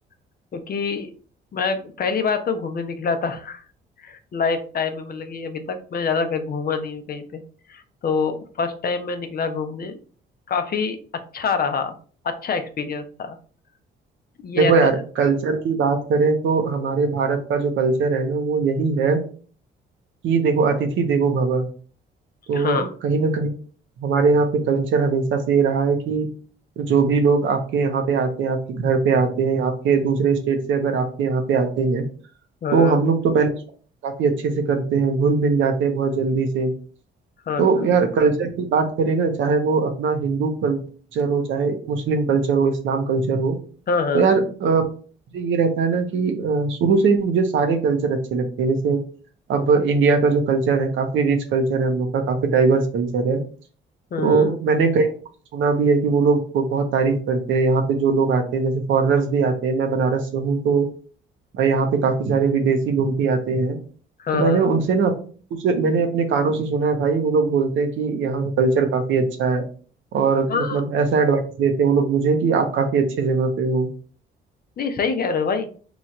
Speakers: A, on the left (about 50°); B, on the right (about 75°).
A: क्योंकि मैं पहली बार तो घूमने निकला था <laughs> लाइफ टाइम में मतलब कि अभी तक मैं ज्यादा कहीं घूमा नहीं हूँ कहीं पे तो फर्स्ट टाइम मैं निकला घूमने काफी अच्छा रहा अच्छा एक्सपीरियंस था ये
B: देखो
A: ऐसा
B: यार कल्चर की बात करें तो हमारे भारत का जो कल्चर है ना वो यही है कि देखो अतिथि देवो भव तो
A: हाँ
B: कहीं ना कहीं हमारे यहाँ पे कल्चर हमेशा से ये रहा है कि जो भी लोग आपके यहाँ पे आते हैं आपके घर पे आते हैं आपके दूसरे स्टेट से अगर आपके यहाँ पे आते हैं
A: हाँ
B: तो हम लोग तो पहले काफी अच्छे से करते हैं घुल मिल जाते हैं बहुत जल्दी से
A: हाँ
B: तो
A: हाँ
B: यार कल्चर की बात करें ना चाहे वो अपना हिंदू कल्चर हो चाहे मुस्लिम कल्चर हो इस्लाम कल्चर हो
A: हाँ हाँ
B: तो यार अ, मुझे ये रहता है ना कि अ, शुरू से ही मुझे सारे कल्चर अच्छे लगते हैं जैसे अब इंडिया का जो कल्चर है काफी रिच कल्चर है हम लोग का काफी डाइवर्स कल्चर है तो
A: हाँ
B: मैंने कई सुना भी है कि वो लोग को बहुत तारीफ करते हैं यहाँ पे जो लोग आते हैं जैसे फॉरेनर्स भी आते हैं मैं बनारस से हूँ तो यहाँ पे काफी सारे विदेशी लोग भी आते हैं
A: हाँ
B: तो मैंने
A: हाँ हाँ,
B: उनसे ना उसे मैंने अपने कानों से सुना है भाई वो लोग बोलते हैं कि यहाँ का कल्चर काफी अच्छा है और
A: हाँ,
B: मतलब ऐसा एडवाइस देते हैं वो लोग मुझे कि आप काफी अच्छी जगह पे हो
A: नहीं सही कह रहे हो भाई